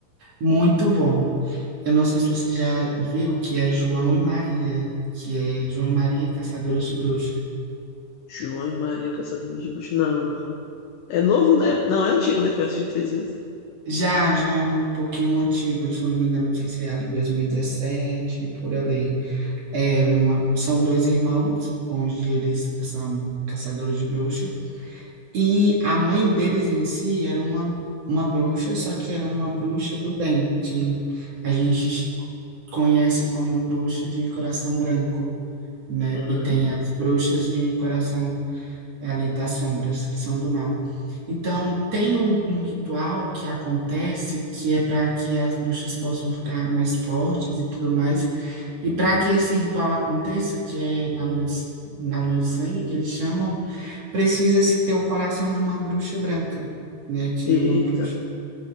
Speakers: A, on the right; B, on the left.
A: muito bom. Eu não sei se você já viu que é João e Maria, que é João e Maria Caçadores de Bruxa.
B: João e Maria Caçadores de Bruxas. Não, não. É novo, né? Não, é antigo, né? Que já assistiu três vezes.
A: Já, já é um pouquinho antigo, se eu não me engano, não sei se é ali 2017, por ali. É uma- são dois irmãos, onde eles são caçadores de bruxas E a mãe deles em si era uma, uma bruxa, só que era uma bruxa do bem, que a gente conhece como bruxa de coração branco, né?
B: Aham.
A: E tem as bruxas de coração ali das sombras, que são do mal. Então, tem um, um ritual que acontece que é para que as bruxas possam ficar mais fortes e tudo mais. E para que esse ritual aconteça, que é na lua de, na lua de sangue, que eles chamam precisa-se ter o coração de uma bruxa branca, né? Que é
B: Eita.
A: uma bruxa.